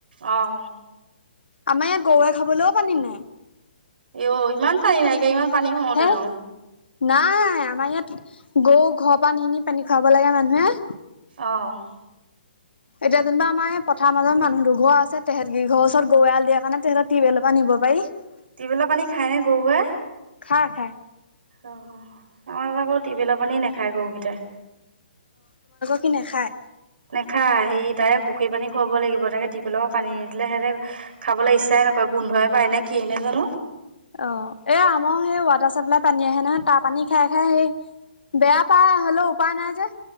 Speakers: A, on the right; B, on the left.
A: আহ।
B: আমাৰ ইয়াত গৰুৱে খাবলৈও পানী নাই।
A: অই ইমান পানী নাইকিয়া, ইমান পানী হওঁতে
B: হেই
A: নহ।
B: নাই আমাৰ ইয়াত গৰু ঘৰ পানী নি নি পানী খুৱাব লাগে মানুহে
A: অহ <inaudible>
B: এতিয়া যেনিবা আমাৰ পথাৰ মাজত মানুহ দু ঘৰ আছে তেহেত ঘৰ ওচৰত গৰুএৰাল দিয়ে কাৰণে তেহেৰ টিউবেলৰ পৰা <unintelligible>
A: ভাতীবেলা পানী খায়নে, গৰুৱে?
B: খাই, খাই।
A: আহ আমাৰ ততে আকৌ টিউবেলৰ পানী নাখায় গৰুকেইটাই
B: সি নেখায়।
A: নেখায়, হেৰি ডাইৰেক্ট পুখুৰী পানী খুৱাব লাগিব। তেনেকে টিপেল লগত পানী নিদিলে সেহঁতে খাবলৈ ইচ্ছা। তেনেকুৱা, গোন্ধই পায় নে কি নেজানো?
B: অ', এ আমাৰ সেই ৱাটাৰ চাপ্লাই পানী আহে নহয়, তাৰ পানী খাই খাই সেই। বেয়া পায় হ'লেও উপায় নাই যে